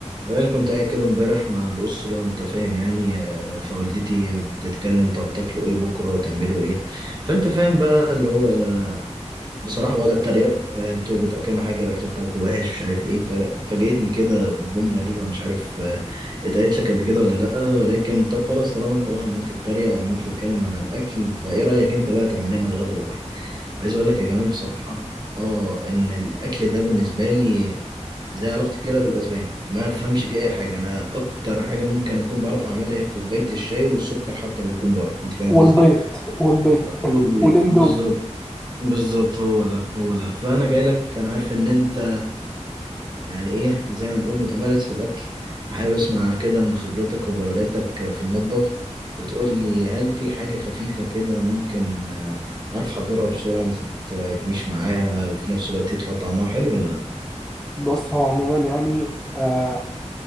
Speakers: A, on the right; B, in the centre.
A: جمال كنت قاعد كده امبارح مع الأسرة أنت فاهم يعني آه، فوالدتي بتتكلم طب تاكلوا إيه بكرة تعملوا إيه فأنت فاهم بقى اللي هو آه، بصراحة بقعد أتريق آه، أنتوا بتأكلوا حاجة الأكل بتاعكم وحش مش عارف إيه فج- فاجأتني كده بجملة غريبة مش عارف آه، اتقالت لك قبل كده ولا لأ ولكن طب خلاص طالما أنت بقى عمال تتريق وعمال تتكلم عن الأكل فإيه رأيك أنت بقى تعمل لنا الغدا بكرة عايز أقول لك يا جمال بصراحة آه إن الأكل ده بالنسبة لي زي علاقتي كده بالاسباني ما افهمش فيه اي حاجه انا اكتر حاجه ممكن اكون بعرف اعملها هي كوبايه الشاي والسكر حتى بيكون بره انت فاهم
B: والبيض
A: قصدي
B: والبيض
A: لا. قول
B: <laughs> والاندومي
A: بالظبط بالظبط هو ده هو ده فانا جاي لك انا عارف ان انت يعني ايه زي ما نقول متمارس في الاكل فحابب اسمع كده من خبرتك وجولاتك في المطبخ وتقول لي هل في حاجه خفيفه كده ممكن آه، اعرف احضرها بسرعه ما تتعبنيش معاها وفي نفس الوقت يطلع طعمها حلو ولا لا
B: بص هو عموما يعني آه